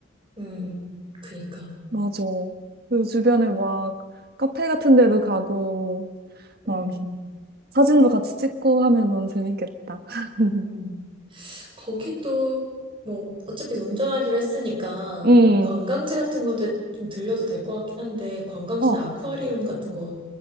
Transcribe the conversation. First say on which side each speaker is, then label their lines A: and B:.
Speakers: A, on the right; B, on the right.
A: 음, 그니까.
B: 맞아. 그 주변에 막 카페 같은 데도 가고, 막
A: 음,
B: 사진도 같이 찍고 하면 너무 재밌겠다. <laughs>
A: 음. 거기 또, 뭐, 어차피 운전하기로 했으니까
B: 음,
A: 관광지 같은 거도 좀 들려도 될 것 같긴 한데, 관광지나
B: 어,
A: 아쿠아리움 같은 것도